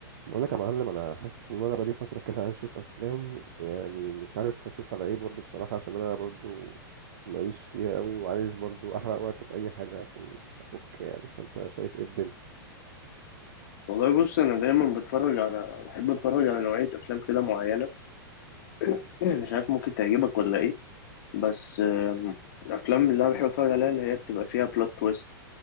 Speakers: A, on the right; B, on the left.
A: بقول لك يا معلم انا حاسس ان انا بقالي فتره كده عايز اشوف افلام ويعني مش عارف اشوف على ايه برضو بصراحه عشان انا برضو ماليش فيها قوي وعايز برضو احرق وقت في اي حاجه عشان افك يعني فانت شايف ايه الدنيا
B: والله بص انا دايما بتفرج على بحب اتفرج على نوعيه افلام كده معينه <clears throat> مش عارف ممكن تعجبك ولا ايه بس آم، الافلام اللي انا بحب اتفرج عليها اللي هي بتبقى فيها بلوت تويست